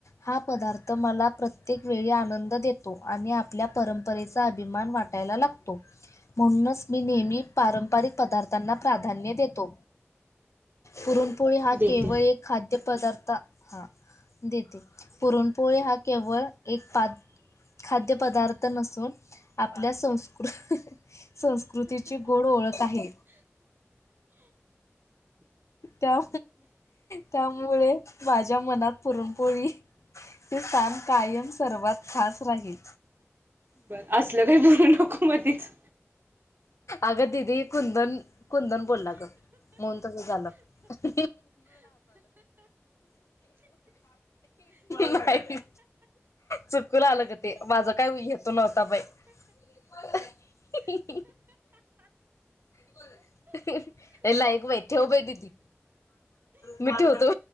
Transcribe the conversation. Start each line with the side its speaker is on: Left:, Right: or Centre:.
Left: हा पदार्थ मला प्रत्येक वेळी आनंद देतो आणि आप आपल्या परंपरेचा अभिमान वाटायला लागतो म्हणूनच मी नेहमी पारंपरिक पदार्थांना प्राधान्य देतो पुरून पुळी हा
Right: देते
Left: केवळ एक खाद्यपदार्थ हा देते पुरणपोळी हा केवळ एक पा खाद्य पदार्थ नसून आपल्या संस्कृ संस्कृ कृतीची गोड ओळत आहे. त्या त्यामुळे माझ्या मनात पुरणपोळी ते स्थान कायम सर्वात खास राहील.
Right: बरं असलं काही बोलू नको मधीच
Left: अगं दीदी कुंदन कुंदन बोलला ग मून तस झालं <unintelligible> नाही चुकून आलं ग ते माझं काय हेतू नव्हता बाई <inaudible> <inaudible> ठेव बाई दीदी. मी ठेवतो.